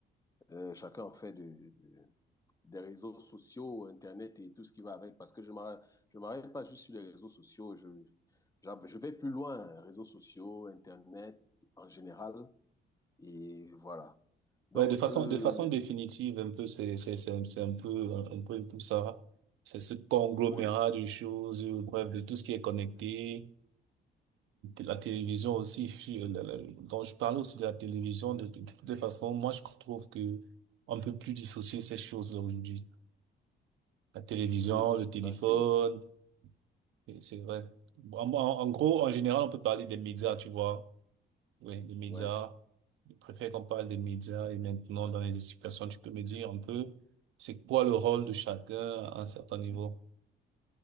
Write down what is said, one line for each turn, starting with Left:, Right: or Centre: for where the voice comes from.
Left: Euh, chacun en fait de, des réseaux sociaux, Internet et tout ce qui va avec, parce que je ne m'arrête pas juste sur les réseaux sociaux, je, je, je vais plus loin, réseaux sociaux, Internet en général, et voilà. Donc,
Right: Ouais, de façon,
Left: euh,
Right: de façon définitive, un peu, c'est, c'est, c'est, un- c'est un peu, un, peu tout ça. C'est ce conglomérat
Left: oui,
Right: de choses, euh, bref, de tout ce qui est connecté. La télévision aussi, je la- la- dont je parlais aussi de la télévision, de, de toutes les façons, moi je trouve que on ne peut plus dissocier ces choses-là aujourd'hui. La télévision,
Left: oui,
Right: le
Left: ça
Right: téléphone,
Left: c'est...
Right: et c'est vrai. Bon, En, en- en gros, en général, on peut parler des médias, tu vois. Oui, des médias.
Left: Ouais.
Right: Je préfère qu'on parle des médias et maintenant dans les explications, tu peux me dire un peu c'est quoi le rôle de chacun à un certain niveau.